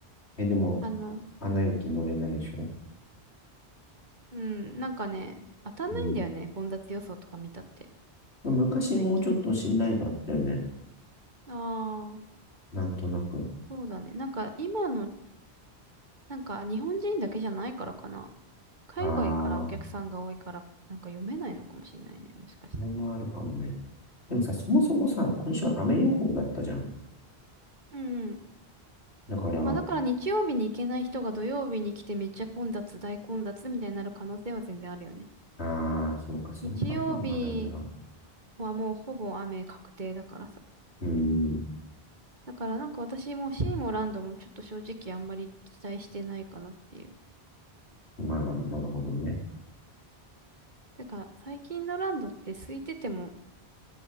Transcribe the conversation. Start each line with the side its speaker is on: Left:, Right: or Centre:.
Left: え、でも、
Right: あの、
Left: アナ雪乗れないでしょ
Right: うん、なんかね、当たんないんだよね。
Left: うん。
Right: 混雑予想とか見たって、
Left: 昔もうちょっと信頼度あったよね。
Right: 最近。ああ、
Left: なんとなく。
Right: そうだね。なんか今の、なんか日本人だけじゃないからかな。海外からお客さんが多いから、
Left: ああ、こ
Right: なんか読めないのかもしれないね。もしかしたら。
Left: れもあるかもね。でもさ、そもそもさ、今週は雨予報だったじゃん。
Right: うんうん。
Left: だから、
Right: まあだから日曜日に行けない人が土曜日に来てめっちゃ混雑、大混雑みたいになる可能性は全然あるよね。
Left: ああ、そうか、そのパターンもあるんだ。
Right: 日曜日はもうほぼ雨確定だからさ。
Left: うん、
Right: だからなんか私もシーもランドもちょっと正直あんまり期待してないかなっていう。
Left: まあ、なるほどね。
Right: だから最近のランドって空いてても、